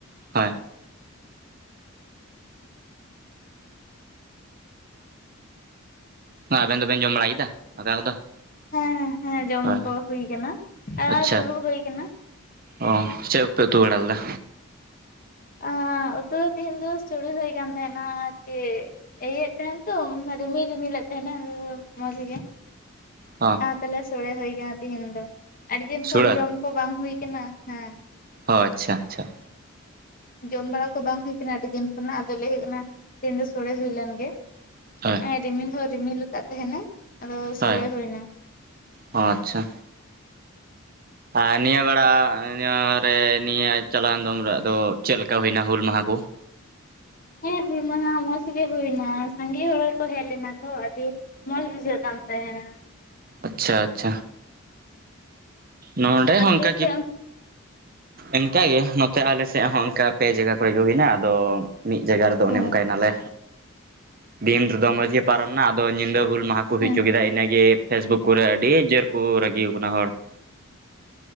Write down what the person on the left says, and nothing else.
ᱦᱮᱸ ᱦᱮ ᱦᱮᱸ ᱡᱚᱢ
ᱠᱚ ᱦᱩᱭ ᱟᱠᱟᱱᱟ ᱟᱨ
ᱛᱩᱲᱩᱜ ᱦᱩᱭ ᱠᱟᱱᱟ᱾
ᱟ ᱩᱛᱩ ᱫᱚ ᱛᱮᱦᱮᱧ ᱫᱚ ᱪᱩᱲᱩ ᱦᱩᱭ ᱠᱟᱱ ᱛᱟᱦᱮᱱᱟ ᱟᱨ ᱪᱮ ᱤᱭᱟᱹᱭᱮᱫ ᱛᱟᱦᱮᱱ ᱛᱚ ᱨᱤᱢᱤᱞ ᱨᱤᱢᱤᱞᱮᱫ ᱛᱟᱦᱮᱱᱟ ᱟᱫᱚ ᱢᱚᱡᱽ ᱜᱮ᱾
ᱛᱟᱦᱞᱮ ᱥᱳᱚᱲᱮ ᱦᱩᱭ ᱟᱠᱟᱱᱟ ᱛᱮᱦᱮᱱ ᱫᱚ, ᱟᱹᱰᱤ ᱫᱤᱱ ᱠᱷᱚᱱ
ᱡᱚᱢ ᱠᱚ ᱵᱟᱝ ᱦᱩᱭ ᱠᱟᱱᱟ ᱦᱮᱸ ᱾
ᱡᱚᱢ ᱵᱟᱲᱟ ᱠᱚ ᱵᱟᱝ ᱦᱩᱭ ᱠᱟᱱᱟ ᱟᱹᱰᱤ ᱫᱤᱱ ᱠᱷᱚᱱᱟᱜ ᱟᱫᱚ ᱞᱟᱹᱭ ᱦᱩᱭᱩᱜ ᱠᱟᱱᱟ ᱛᱮᱦᱮᱱ ᱫᱚ ᱥᱳᱲᱮ ᱦᱩᱭ ᱞᱮᱱᱜᱮ᱾
ᱮᱸ ᱨᱤᱢᱤᱞ ᱦᱚᱸ ᱨᱤᱢᱤᱞ ᱟᱠᱟᱫ ᱛᱟᱦᱮᱱᱟ ᱟᱫᱚ ᱥᱚᱲᱮ
ᱦᱩᱭᱱᱟ᱾
<inaudible>
ᱦᱮᱸ ᱦᱩᱞ ᱢᱟᱦᱟ ᱢᱚᱡᱽ ᱜᱮ ᱦᱩᱭ ᱮᱱᱟ ᱥᱟᱸᱜᱮ ᱦᱚᱲ ᱜᱮᱠᱚ ᱦᱮᱡᱽ ᱞᱤᱱᱟ ᱠᱚ ᱟᱰᱤ ᱢᱚᱸᱡᱽ ᱵᱩᱡᱷᱟᱹᱜ ᱠᱟᱱ ᱛᱟᱦᱮᱱᱟ᱾
ᱟᱯᱮ
ᱥᱮᱫ
ᱦᱮᱸ
ᱦᱮᱸ